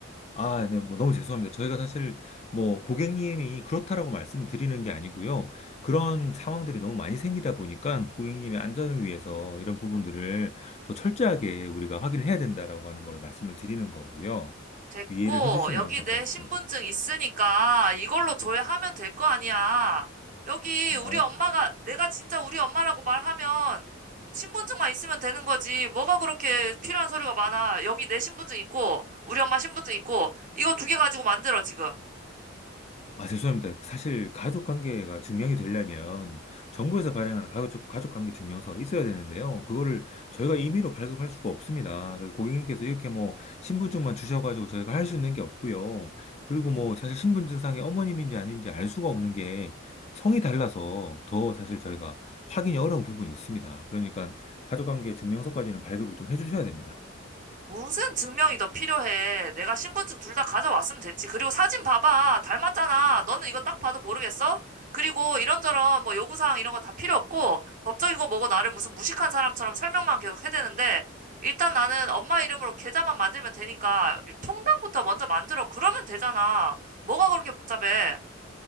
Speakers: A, on the left; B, on the right.
A: 아, 네, 뭐 너무 죄송합니다. 저희가 사실 뭐 고객님이 그렇다라고 말씀드리는 게 아니고요. 그런 상황들이 너무 많이 생기다 보니까 고객님의 안전을 위해서 이런 부분들을 더 철저하게 우리가 확인을 해야 된다라고 하는 걸 말씀을 드리는 거고요.
B: 됐고,
A: 이해를 해주시면
B: 여기
A: 감사하겠습니다.
B: 내 신분증 있으니까 이걸로 조회하면 될 거 아니야. 여기
A: 아,
B: 우리 엄마가, 내가 진짜 우리 엄마라고 말하면 신분증만 있으면 되는 거지. 뭐가 그렇게 필요한 소리가 많아. 여기 내 신분증 있고, 우리 엄마 신분증 있고, 이거 두 개 가지고 만들어, 지금.
A: 아, 죄송합니다. 사실 가족 관계가 증명이 되려면 정부에서 발행하는 가족, 가족 관계 증명서가 있어야 되는데요. 그거를 저희가 임의로 발급할 수가 없습니다. 그래서 고객님께서 이렇게 뭐 신분증만 주셔가지고 저희가 할 수 있는 게 없고요. 그리고 뭐 사실 신분증상에 어머님인지 아닌지 알 수가 없는 게 성이 달라서 더 사실 저희가 확인이 어려운 부분이 있습니다. 그러니까 가족 관계 증명서까지는 발급을 좀 해주셔야 됩니다.
B: 무슨 증명이 더 필요해? 내가 신분증 둘 다 가져왔으면 됐지. 그리고 사진 봐봐. 닮았잖아. 너는 이거 딱 봐도 모르겠어? 그리고 이런저런 뭐 요구사항 이런 거 다 필요 없고 법적이고 뭐고 나를 무슨 무식한 사람처럼 설명만 계속 해대는데 일단 나는 엄마 이름으로 계좌만 만들면 되니까 통장부터 먼저 만들어. 그러면 되잖아. 뭐가 그렇게 복잡해?